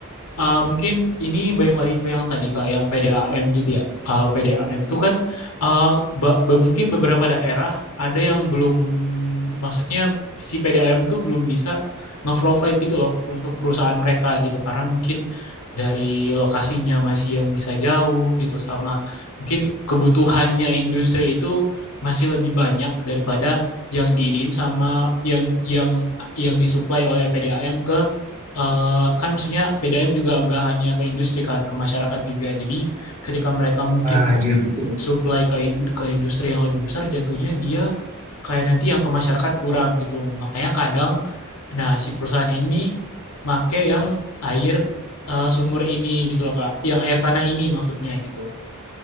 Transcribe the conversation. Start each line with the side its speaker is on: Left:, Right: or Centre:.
Left: Ah, mungkin ini balik lagi ke yang tadi Kak, yang PDAM gitu ya. Kalau PDAM tuh kan ah, ba- ba- mungkin beberapa daerah ada yang belum, maksudnya si PDAM tuh belum bisa nge-provide gitu loh untuk perusahaan mereka gitu. Karena mungkin dari lokasinya masih yang bisa jauh gitu sama mungkin kebutuhannya industri itu masih lebih banyak daripada yang diiriin sama yang yang yang disuplai oleh PDAM ke eh, kan maksudnya PDAM juga nggak hanya ke industri kan, ke masyarakat juga. Jadi ketika mereka mungkin
Right: Wah, iya betul.
Left: supply ke in- ke industri yang lebih besar, jatuhnya dia kayak nanti yang ke masyarakat kurang gitu. Makanya kadang, nah si perusahaan ini make yang air eh, sumur ini gitu loh Kak, yang air tanah ini maksudnya gitu.